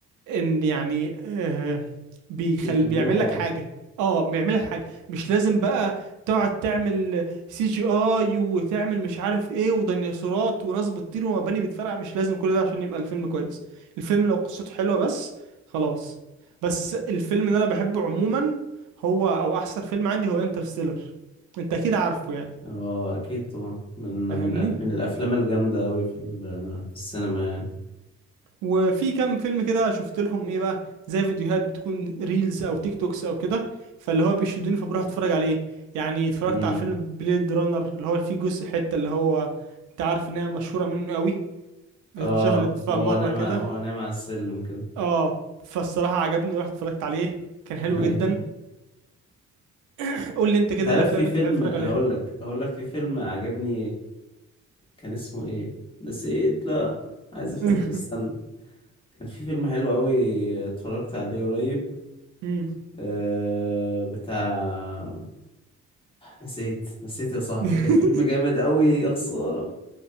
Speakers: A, on the right; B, on the left.
A: ان يعني آه بيخل
B: بيكملوا
A: بيعمل
B: بعض
A: لك حاجه اه بيعمل لك حاجه مش لازم بقى تقعد تعمل سي جي اي وتعمل مش عارف ايه وديناصورات وناس بتطير ومباني بتفرقع مش لازم كل ده عشان يبقى الفيلم كويس الفيلم لو قصته حلوه بس خلاص بس الفيلم اللي انا بحبه عموما هو او احسن فيلم عندي هو انترستيلر انت اكيد عارفه يعني
B: اه اكيد طبعا من
A: فاهمني
B: من ال- من الافلام الجامده قوي في ال- في السينما يعني
A: وفي كام فيلم كده شفت لهم ايه بقى زي فيديوهات بتكون ريلز او تيك توكس او كده فاللي هو بيشدوني فبروح اتفرج عليه يعني اتفرجت
B: امم
A: على فيلم بليد رانر اللي هو فيه جزء حتة اللي هو انت عارف ان هي مشهورة منه قوي اتشهرت
B: اه
A: ف-
B: وهو
A: مرة
B: نايم
A: كده
B: ع- وهو نايم على السلم كده
A: اه فالصراحة عجبني ورحت اتفرجت عليه كان حلو
B: <laughs>
A: جدا
B: ايوه
A: <laughs> قول لي انت كده
B: انت عارف
A: ايه الافلام
B: في
A: اللي
B: فيلم
A: انت بتحب تتفرج
B: هقول
A: عليها
B: لك هقول لك في فيلم عجبني كان اسمه ايه نسيت لا عايز افتكر
A: <laughs>
B: استنى كان في فيلم حلو قوي اتفرجت عليه قريب
A: مم.
B: آه بتاع نسيت نسيت يا صاحبي
A: <laughs>
B: كان فيلم جامد قوي يا خساره